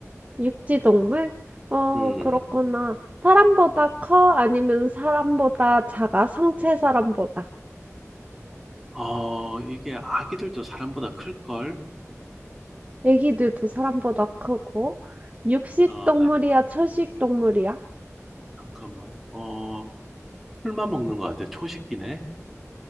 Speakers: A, on the right; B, in the centre.
A: 육지 동물? 어,
B: 음,
A: 그렇구나. 사람보다 커? 아니면 사람보다 작아? 성체 사람보다.
B: 어, 이게 아기들도 사람보다 클걸?
A: 애기들도 사람보다 크고. 육식
B: 어,
A: 동물이야,
B: 아,
A: 초식 동물이야?
B: 잠깐만. 어, 풀만 먹는 것 같아. 초식이네.